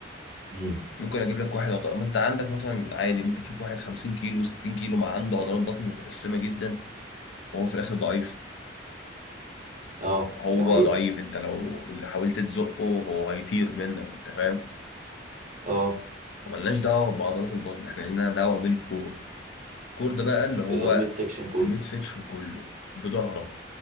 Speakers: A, on the right; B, on the left.
A: امم
B: ممكن اجيب لك واحد عضلات ما انت عندك مثلا عادي ممكن تشوف واحد 50 كيلو 60 كيلو ما عنده عضلات بطن متقسمه جدا وهو في الاخر ضعيف
A: اه
B: هو
A: ده حقيقه
B: ضعيف انت لو حاولت تزقه هو هيطير منك انت فاهم
A: اه
B: ملناش دعوه بعضلات البطن احنا لينا دعوه بالكور الكور ده بقى اللي هو
A: اللي هو الميد سيكشن كله
B: الميد سيكشن كله بظهرك